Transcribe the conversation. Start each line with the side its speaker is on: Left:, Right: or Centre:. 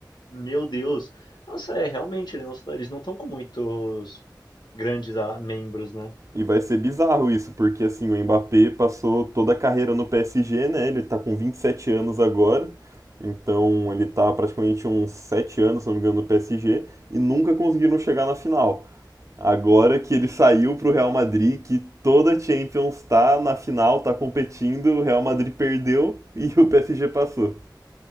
Left: meu Deus. Nossa, é realmente, ele não- eles não estão com muitos grandes ah, membros, né?
Right: E vai ser bizarro isso, porque assim, o Mbappé passou toda a carreira no PSG, né? Ele tá com 27 anos agora, então ele tá praticamente uns 7 anos, se não me engano, no PSG, e nunca conseguiram chegar na final. Agora que ele saiu pro Real Madrid, que toda a Champions tá na final, tá competindo, o Real Madrid perdeu e <laughs> o PSG passou.